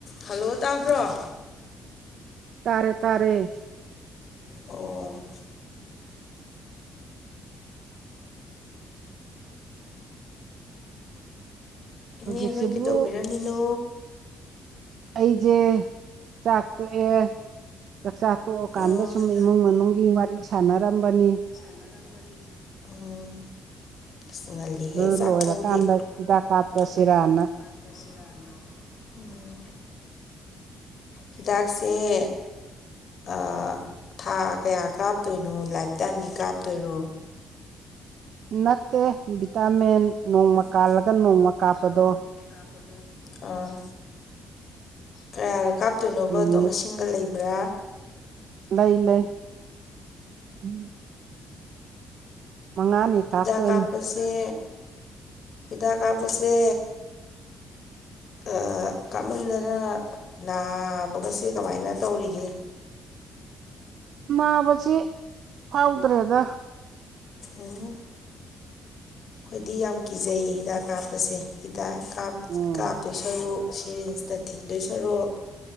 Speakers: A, on the left; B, on the right.
A: hello ꯇꯥꯕ꯭ꯔꯣ
B: ꯇꯥꯔꯦ ꯇꯥꯔꯦ
A: ꯑꯣ
B: ꯍꯧꯖꯤꯛꯁꯤꯕꯨ
A: ꯏꯅꯦ ꯍꯣꯏ ꯀꯩꯗꯧꯕꯤꯔꯝꯃꯤꯅꯣ
B: ꯑꯩꯖꯦ ꯆꯥꯛ ꯇꯣꯛꯑꯦ ꯆꯥꯛꯆꯥ ꯇꯣꯛꯑꯀꯥꯟꯗ
A: ꯎꯝ
B: ꯁꯨꯝ
A: ꯆꯥꯛꯄꯣꯛꯑꯒ
B: ꯏꯃꯨꯡ ꯃꯅꯨꯡꯒꯤ ꯋꯥꯔꯤ ꯁꯥꯟꯅꯔꯝꯕꯅꯤ
A: ꯁꯅꯥꯔꯝꯕꯅꯤ ꯎꯝ ꯏꯁ ꯉꯜꯂꯤ
B: ꯑꯗꯨ
A: ꯍꯦ ꯆꯥꯛꯐꯧꯗꯤ
B: ꯂꯣꯏꯔꯀꯥꯟꯗ
A: ꯑꯗꯨ
B: ꯍꯤꯗꯥꯛ
A: ꯂꯣꯏꯔꯀꯥꯟꯗ
B: ꯀꯥꯞꯆꯁꯤꯔꯥꯅ
A: ꯍꯤꯗꯥꯛ ꯀꯥꯞ <unintelligible> ꯁꯤꯔꯥꯅ ꯎꯝ ꯍꯤꯗꯥꯛꯁꯦ ꯑꯥ ꯊꯥ ꯀꯌꯥ ꯀꯥꯞꯇꯣꯏꯅꯣ ꯂꯥꯏꯞꯇꯥꯏꯝꯒꯤ ꯀꯥꯞꯇꯣꯏꯔꯣ
B: ꯅꯠꯇꯦ ꯚꯤꯇꯥꯃꯤꯟ
A: ꯅꯠꯇꯦ
B: ꯅꯣꯡꯃ
A: ꯚꯤꯇꯥꯃꯦꯟ
B: ꯀꯥꯜꯂꯒ
A: ꯅꯣꯡꯃ
B: ꯀꯥꯞꯄꯗꯣ
A: ꯀꯥꯜꯂꯒ ꯅꯣꯡꯃ ꯀꯥꯞꯄꯗꯣ ꯑꯥ ꯀꯌꯥꯔꯛ ꯀꯥꯞꯇꯣꯏꯅꯣꯕ
B: ꯅꯨꯃꯤꯠ
A: ꯑꯗꯣ ꯃꯥꯁꯤꯡꯒ ꯂꯩꯕ꯭ꯔꯥ
B: ꯂꯩ ꯂꯩ ꯎꯝ ꯃꯉꯥꯅꯤ ꯀꯥꯞꯇꯣꯏꯅꯤ
A: ꯍꯤꯗꯥꯛ ꯀꯥꯞꯄꯁꯦ ꯍꯤꯗꯥꯛ ꯀꯥꯞꯄꯁꯦ ꯀꯥ ꯀꯥꯃꯟꯗꯅ ꯅꯥꯕꯒꯁꯦ ꯀꯃꯥꯏꯅ ꯇꯧꯔꯤꯒꯦ
B: ꯃꯥꯕꯁꯤ ꯐꯥꯎꯗ꯭ꯔꯦꯗ
A: ꯎꯝ ꯈꯣꯏꯗꯤ ꯌꯥꯝ ꯀꯤꯖꯩꯌꯦ ꯍꯤꯗꯥꯛ ꯀꯥꯞꯄꯁꯦ ꯍꯤꯗꯥꯛ ꯀꯥꯞ
B: ꯎꯝ
A: ꯀꯥꯞꯇꯣꯏ ꯁꯔꯨꯛ ꯁꯤꯔꯤꯟꯁꯅ ꯊꯤꯟꯗꯣꯏ ꯁꯥꯔꯛ